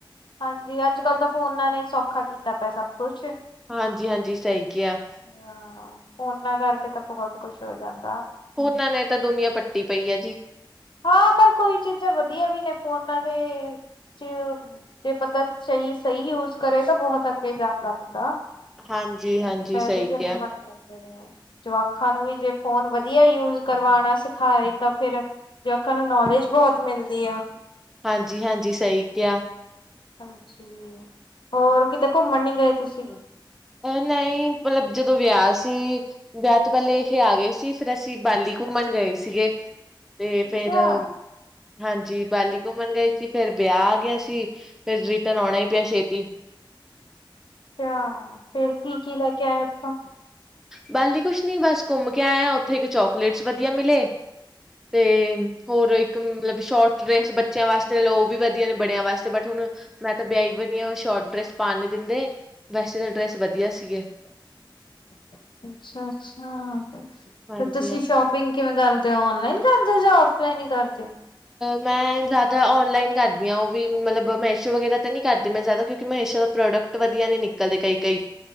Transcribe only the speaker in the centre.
ਹਾਂਜੀ ਹਾਂਜੀ ਸਹੀ ਕਿਹਾ
ਫੋਨਾਂ ਨੇ ਤਾਂ ਨਹੀਂ ਤਾਂ ਦੁਨੀਆਂ ਪੱਟੀ ਪਈ ਆ ਜੀ।
ਹਾਂਜੀ ਹਾਂਜੀ
ਸਹੀ ਕਿਹਾ।
ਹਾਂਜੀ ਹਾਂਜੀ ਸਹੀ ਕਿਹਾ
ਇਹ ਨਹੀਂ ਮਤਲਬ ਜਦੋਂ ਵਿਆਹ ਸੀ। ਅਸੀਂ ਵਿਆਹ ਤੋਂ ਪਹਿਲੇ ਇਹ ਆ ਗਏ ਸੀ ਫਿਰ ਅਸੀਂ ਬਾਲੀ ਘੁੰਮਣ ਗਏ ਸੀਗੇ। ਤੇ
ਫੇਰ ਹਾਂਜੀ ਬਾਲੀ ਘੁੰਮਣ ਗਏ ਸੀ ਫਿਰ ਵਿਆਹ ਆ ਗਿਆ ਸੀ ਫੇਰ ਰਿਟਰਨ ਆਉਣਾ ਹੀ ਪਿਆ ਛੇਤੀ।
ਬੱਲੀ ਕੁਛ ਨੀ ਬਸ ਘੁੰਮ ਕੇ ਆਏਆ ਉੱਥੇ ਇੱਕ ਚੋਕਲੇਟਸ ਵਧੀਆ ਮਿਲੇ, ਤੇ ਹੋਰ ਇੱਕ ਮਤਲਬ ਸ਼ੋਰਟ ਡੇਸ ਬੱਚਿਆਂ ਵਾਸਤੇ ਉਹ ਵੀ ਵਧੀਆ ਨੇ ਬੜਿਆਂ ਵਾਸਤੇ ਬਟ ਹੁਣ, ਮੈਂ ਤਾਂ ਵਿਆਹੀ ਵਰੀ ਆ ਸ਼ੋਟ ਡਰੈਸ ਪਾਣ ਨੀ ਦਿੰਦੇ ਵੈਸੇ ਤਾਂ ਡਰੈਸ ਵਧੀਆ ਸੀਗੀਆ।
ਹਾਂਜੀ
ਹਾਂਜੀ
ਮੈਂ ਜ਼ਿਆਦਾ ਔਨਲਾਈਨ ਕਰਦੀ ਹਾਂ, ਵੀ ਮਤਲਬ ਮੈਸ਼ੋ ਵਗੈਰਾ ਤਾਂ ਨੀ ਕਰਦੀ ਮੈਂ ਜ਼ਿਆਦਾ ਕਿਉਂਕਿ ਮਹੇਸ਼ਾ ਦਾ ਪ੍ਰੋਡਕਟ ਵਧੀਆ ਨੀ ਨਿਕਲਦੇ ਕਈ ਕਈ,